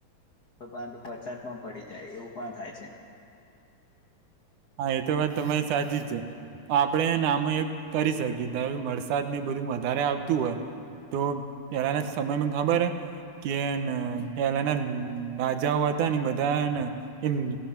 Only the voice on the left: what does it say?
પરંતુ વરસાદ પણ પડી જાય એવું પણ થાય છે.